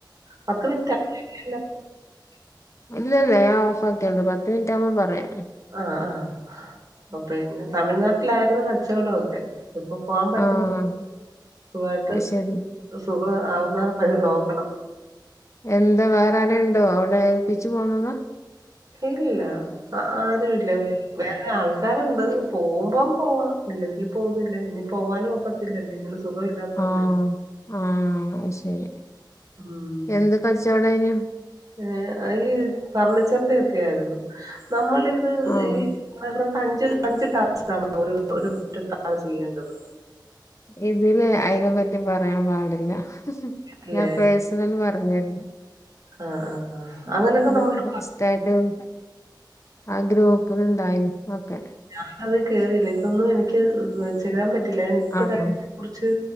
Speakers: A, on the right (about 50°); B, on the left (about 40°).
A: പത്ത് മിനിറ്റ് <unintelligible>
B: ഇല്ല ഇല്ല ഞാൻ ഓഫ് ആക്കിയാണ്ട് പത്ത് മിനിറ്റ് ആവുമ്പം പറയാം.
A: ആഹ് ആഹ് ഓ പിന്നെ തമിഴ്നാട്ടിലായിരുന്ന് കച്ചവടം ഒക്കെ. ശേ ഇപ്പൊ പോവാൻ പറ്റുന്ന
B: ആഹ്
A: സുഖായിട്ട്
B: അത് ശരി
A: സുഖ ആവ് വേറെ പരിപാടി നോക്കണം.
B: എന്താ വേറെ ആരെലും ഉണ്ടോ അവിടെ ഏൽപ്പിച്ചു പോന്നതാ?
A: ഇല്ല ആരു ഇല്ല വേറെ ആൾക്കാരണ് ണ്ട് പോവുമ്പം പോവാ ഇല്ലെങ്കി പോന്നില്ല ഇനി പോവാനും ഒക്കത്തില്ലല്ലേ? സുഖം ഇല്ലാത്തോണ്ടേ.
B: ആഹ് ആഹ് അത് ശരി
A: ഉം
B: എന്ത് കച്ചവടമാ അതിന്?
A: ഏഹ് അയി ഫർണിച്ചറിന്റെ ഒക്കെ ആയിരുന്നു നമ്മളിത്
B: ആഹ്
A: ഈ <unintelligible> അഞ്ച് അഞ്ച് ടാസ്ക് ആണോ ഒര് ഒര് ഒറ്റ പ്രാവശ്യം ചെയ്യേണ്ടത്?
B: ഇതില് അയിനെ പറ്റി പറയാൻ പാടില്ല
A: അല്ലേ
B: ഞാൻ പേഴ്സണല് പറഞ്ഞരുന്നു.
A: ആഹ് ആഹ് ആഹ് അങ്ങനൊക്കെ
B: ആഹ്
A: നമ്മള്
B: <unintelligible> ഉസ്താദും ആ ഗ്രൂപ്പില്ണ്ടായ്ന്നു ഒക്കെ
A: ഞാൻ അത് കേറിയില്ല ഇതൊന്നും എനിക്ക് ഹ് ചേരാൻ പറ്റില്ല ഞാൻ ഇപ്പഴതിനെ
B: ആഹ്
A: കുറിച്ച്